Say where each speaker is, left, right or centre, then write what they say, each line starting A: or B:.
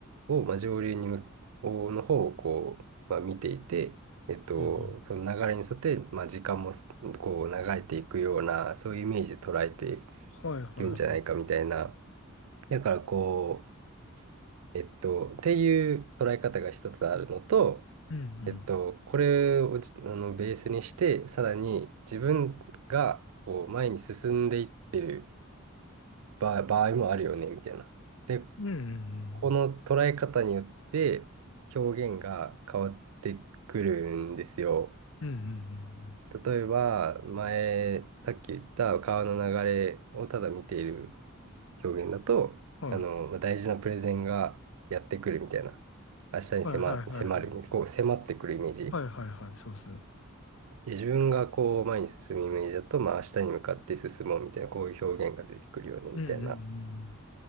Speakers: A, on the right (about 80°); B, on the left (about 65°).
A: を、まあ、上流に向こうの方をこう、まあ、見ていて、えっと、
B: はいはい。
A: その流れに沿って、まあ、時間もすこう流れていくような、そういうイメージで捉えて
B: はいはい。
A: るんじゃないかみたいな。だからこう、えっと、っていう捉え方が一つあるのと、
B: うんうん。
A: えっと、これをじあのベースにして、さらに自分がこう前に進んでいってる場、場合もあるよね、みたいな。で、
B: うんうんうん。
A: この捉え方によって表現が変わってくるんですよ。
B: うんうん
A: 例えば、前、さっき言った川の流れをただ見ている表現だと、
B: うん。
A: あの、
B: はい。
A: まあ大事なプレゼンがやってくるみたいな。明日に迫、
B: はいはいはいはい。
A: 迫る、こう迫ってくるイメージ。
B: はいはいはい、そうですね。
A: で自分がこう前に進むイメージだと、まあ明日に向かって進もうみたいな、こういう表現が出てくるよねみたいな。
B: うんうんうん。